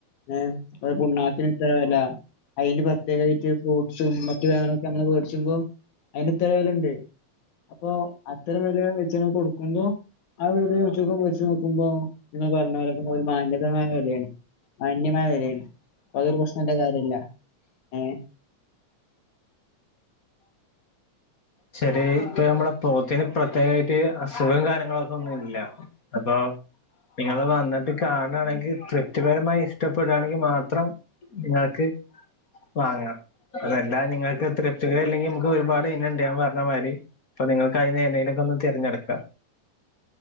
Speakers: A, on the left; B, on the left.
A: ഏ ഒരു പുണ്ണാക്കിന് ഇത്ര വില അതയിന് പ്രത്യേകമായിട്ട് ഫ്രൂട്സും മറ്റു സാധങ്ങളൊക്കെ നമ്മള് മേടിച്ചുമ്പോൾ അതിന് ഇത്ര വിലുണ്ട് അപ്പൊ അത്തര വില വെച്ച കൊടുക്കുമ്പോ ആ വിലക് വെച്ച് നോക്കുമ്പോ നിങ്ങൾ പറഞ്ഞ വിലക്കുമ്പൊ ഒരു മാന്യതമായ വിലയാണ് അാന്യമായ വിലയാണ് അപ്പതൊരു പ്രശ്നല്ല കാര്യല്ല ഏ
B: ശരി ഇപ്പൊ നമ്മള പോത്തിന് പ്രത്യേകമായിട്ട് അസുഖം കാര്യങ്ങളൊക്കെ ഒന്നും ഇല്ല അപ്പൊ നിങ്ങൾ വന്നിട്ട് കാണയാണെങ്കിൽ തൃപ്തിപരമായി ഇഷ്ടപ്പെടവാണെങ്കിൽ മാത്രം നിങ്ങൾക്ക് വാങ്ങാം അതല്ല നിങ്ങൾക്ക് തൃപ്തികര അല്ലെങ്കിൽ നമുക്ക് ഒരുപാട് ഇനം ഇണ്ട് പറ അതേമാരി അപ്പൊ നിങ്ങൾക്ക് അതി ഏന്തെങ്കിലുമൊക്കെ ഒന്ന് തിരഞ്ഞെടുക്കാം